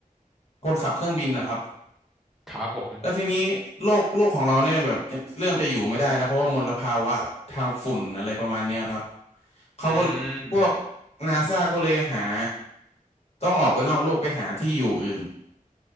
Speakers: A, on the left (about 45°); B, in the centre.
A: คนขับเครื่องบินนะครับ
B: ครับผม
A: แล้วทีนี้โลกโลกของเราเนี่ยแบบเริ่มจะอยู่ไม่ได้แล้วเพราะว่ามลภาวะทางฝุ่นอะไรประมาณเนี้ยครับเขาก็
B: อืม
A: พวกนาซาก็เลยหาต้องออกไปนอกโลกไปหาที่อยู่อื่น